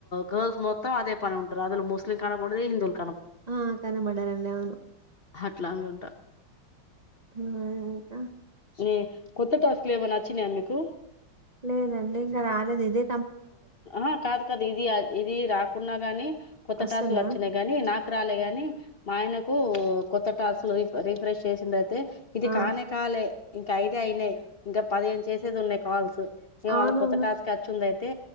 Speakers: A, on the left (about 50°); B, on the right (about 45°).
A: గర్ల్స్ మొత్తం అదే పని ఉంటారు అందులో ముస్లిలీం కనబడదు హిందులు
B: ఆ కనబడరండి అవును
A: ఇట్లగా ఉంటా
B: ఊ మ్ ఇంక
A: ఉమ్ కొత్త టాస్కులు ఏమైనా వచ్చినాయా మీకు
B: లేదండి ఇంగ రాలేదు ఇదె
A: ఆ కాదు కాదు ఇది ఇది రా కున్నా గాని కొత్త
B: వస్తున్నా
A: టాసులు వచ్చినా గాని నాకు రాలే గాని మా ఆయనకు కొత్త టాస్క్లు రి రిఫ్రెష్ చేసిందయితే ఇది
B: ఆ
A: కానేకాలే ఇంకా ఐదె అయినాయి ఇంకా పదిహేను చేసేది ఉన్నాయి కాల్స్ ఇంగ
B: అవును
A: వాళ్ళకి కొత్త టాస్కు వచ్చిందయితే